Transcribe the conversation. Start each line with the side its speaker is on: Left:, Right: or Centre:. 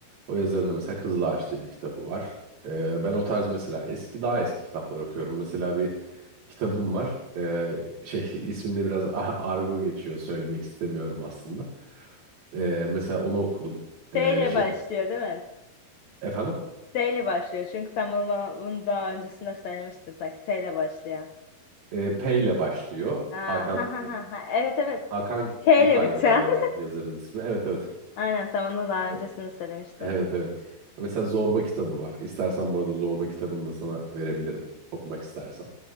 Right: O yazarın da mesela Kızıl Ağaç diye bir kitabı var. Ee, ben o tarz mesela eski daha eski kitaplar okuyorum. Mesela bir kitabım var. Ee, şey <laughs> isminde biraz a- argo geçiyor söylemek istemiyorum aslında. Ee, mesela onu okudum. Ee,
Left: S ile
Right: şey
Left: başlıyor değil mi?
Right: efendim
Left: S ile başlıyor çünkü sen bana bunu daha öncesinde söylemiştin sanki S ile başlayan.
Right: Ee, P ile başlıyor.
Left: Ha,
Right: Hakan
Left: ha ha ha. ha. Evet evet.
Right: Hakan
Left: Şeyle
Right: Günday'dı
Left: biten.
Right: galiba
Left: <laughs>
Right: yazarın ismi. Evet evet.
Left: Aynen sen bana daha
Right: O,
Left: öncesini söylemiştin.
Right: evet evet. Mesela Zorba kitabı var. İstersen bu arada Zorba kitabını da sana verebilirim. Okumak istersen.